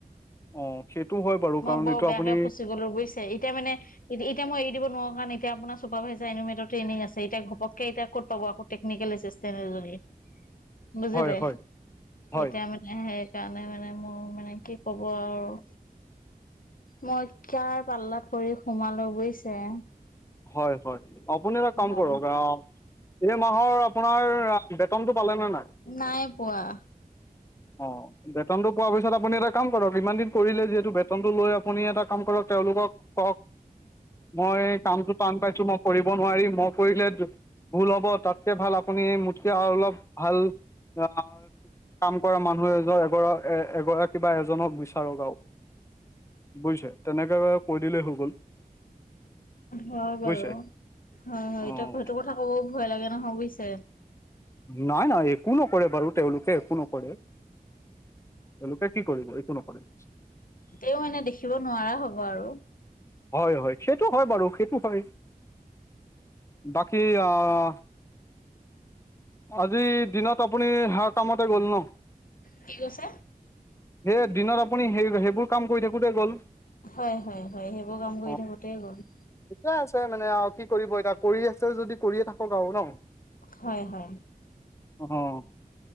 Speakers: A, on the left (about 20°); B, on the left (about 65°).
A: অঁ সেইটো হয় বাৰু
B: মই
A: কাৰণ
B: বৰ
A: এইটো
B: বেয়াকে
A: আপুনি
B: ফচি গলো বুজিচ ছা। এতিয়া মানে, এতিয়া মই এৰি দিব নোৱাৰো কাৰণ এতিয়া আপোনাৰ চোপাৰভাইজাৰ এনিমেটৰ ট্ৰেইনিং আছে এতিয়া ঘপকে এতিয়া ক'ত পাব আক টেকনিকেল এছিষ্টেন্ট এজনী। বুজিলে?
A: হয় হয় হয়
B: এতিয়া মানে সেই সেইকাৰণে মানে মোৰ মানে কি ক'ব আৰু। মই কাৰ পাল্লাত পৰি সোমালো বুজিছে।
A: হয়- হয়। আপুনি এটা কাম
B: হয়
A: কৰক আ এই মাহৰ আপোনাৰ বেতনটো পালেনে নাই?
B: নাই পোৱা।
A: অ, বেতনতো পোৱাৰ পিছত আপুনি এটা কাম কৰক, ইমান দিন কৰিলে যিহেতু বেত নটো লৈ আপুনি এটা কাম কৰক, তেওঁলোকক কওক, মই কামটো টান পাইছো মই কৰিব নোৱাৰিম। মই কৰিলে ভুল হ'ব তাতকে ভাল আপুনি মোতকে আৰু অলপ ভাল, আহ কাম কৰা মানুহ এজন এগৰাক এ এগৰাকী বা এজনক বিচাৰক আৰু বুজিছে। তেনেকে এবাৰ কৈ দিলেই হৈ গ'ল।
B: হয় বাৰু।
A: বুজিছে
B: হয়-হয়
A: অঁ
B: এতিয়া সেইটো কথা ক'ব ভয় লাগে নহয় বুজিছে।
A: নহয় - নহয়। একো নকৰে বাৰু তেওঁলোকে একো নকৰে। তেওঁলোকে কি কৰিব? একো নকৰে।
B: তেও এনে দেখিব নোৱাৰা হ'ব আৰু
A: হয়-হয়, সেইটো হয় বাৰু সেইটো হয়। বাকী অহ আজি দিনত আপুনি সেইয়া কামতে গ'ল ন?
B: কি কৈছে?
A: সেই দিনত আপুনি সেই সেইবোৰ কাম কৰি থাকোঁতে গ'ল।
B: হয়- হয়- হয়। সেইবোৰ কাম কৰি
A: অ
B: থাকোতে গ'ল।
A: ঠিকে আছে মানে আৰু কি কৰিব এতিয়া। কৰি আছে যদি কৰিয়ে থাকক আৰু ন?
B: হয় হয়।
A: অ'